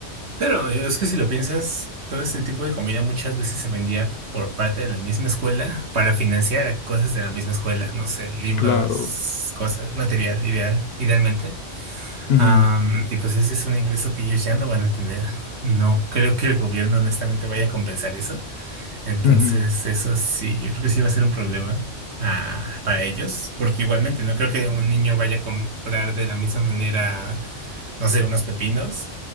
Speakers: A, on the right (about 60°); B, on the left (about 60°).
A: Pero eh, es que si lo piensas, todo este tipo de comida muchas veces se vendía por parte de la misma escuela para financiar a cosas de la misma escuela, no sé, libros,
B: Claro.
A: cosas, material, ideal, idealmente.
B: Ujú,
A: Am, y pues ese es un ingreso que ellos ya no van a tener. No creo que el gobierno honestamente vaya a compensar eso. Entonces,
B: ujú,
A: eso sí, yo creo que sí va a ser un problema ah, para ellos, porque igualmente no creo que un niño vaya a comprar de la misma manera, no sé, unos pepinos